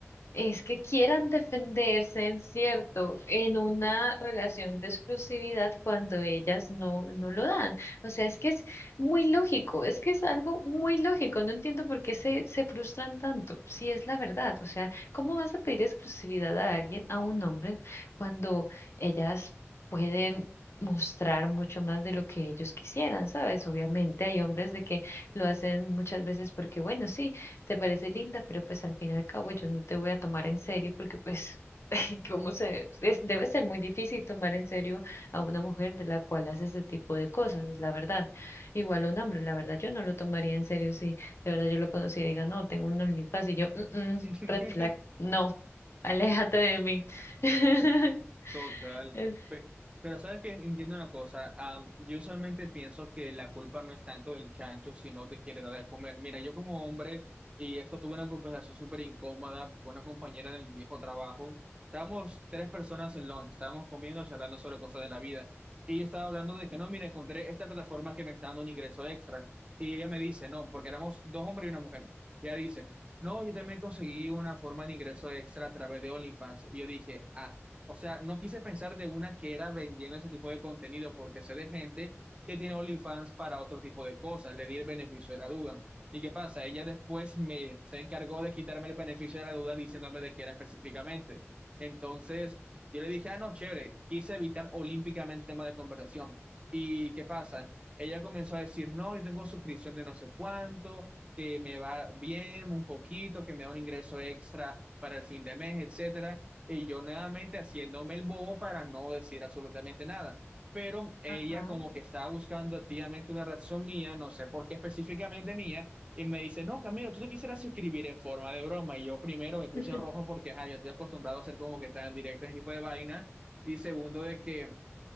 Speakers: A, on the left (about 60°); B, on the right (about 25°).
A: es que quieran defenderse, en ¿cierto?, en una relación de exclusividad cuando ellas no, no lo dan. O sea, es que es muy lógico, es que es algo muy lógico. No entiendo por qué se, se frustran tanto, si es la verdad. O sea, ¿cómo vas a pedir exclusividad a alguien, a un hombre, cuando ellas pueden... mostrar mucho más de lo que ellos quisieran, ¿sabes? Obviamente hay hombres de que lo hacen muchas veces porque, bueno, sí, te parece linda, pero pues al fin y al cabo yo no te voy a tomar en serio porque pues <laughs> cómo se es- debe ser muy difícil tomar en serio a una mujer de la cual hace ese tipo de cosas, la verdad. Igual a un hombre, la verdad yo no lo tomaría en serio si de verdad yo lo conociera y diga, "No, tengo un OnlyFans" y yo, "Mm, mm,
B: <laughs>
A: red flag, no, <laughs> aléjate de mí." <laughs>
B: Total.
A: Es-
B: Pe- Pero, sabes que entiendo una cosa, am, yo usualmente pienso que la culpa no es tanto del chancho, sino de quien le da de comer. Mira, yo como hombre, y esto tuve una conversación súper incómoda con una compañera del viejo trabajo, estábamos tres personas en lunch, estábamos comiendo, charlando sobre cosas de la vida, y yo estaba hablando de que no, mira, encontré esta plataforma que me está dando un ingreso extra, y ella me dice, no, porque éramos dos hombres y una mujer, y ella dice, no, yo también conseguí una forma de ingreso extra a través de OnlyFans, y yo dije, ah. O sea, no quise pensar de una que era vendiendo ese tipo de contenido, porque sé de gente que tiene OnlyFans para otro tipo de cosas, le di el beneficio de la duda. ¿Y qué pasa? Ella después me se encargó de quitarme el beneficio de la duda diciéndome de qué era específicamente. Entonces, yo le dije, ah, no, chévere, quise evitar olímpicamente el tema de conversación. ¿Y qué pasa? Ella comenzó a decir, no, yo tengo suscripción de no sé cuánto, que me va bien un poquito, que me da un ingreso extra para el fin de mes, etcétera. Y yo nuevamente haciéndome el bobo para no decir absolutamente nada. Pero ella
A: Ajá.
B: como que estaba buscando activamente una razón mía, no sé por qué específicamente mía, y me dice, no, Camilo, tú te quisieras suscribir en forma de broma. Y yo primero me puse
A: <laughs>
B: rojo porque, ajá, yo estoy acostumbrado a ser como que tan directo ese tipo de vaina. Y segundo, de que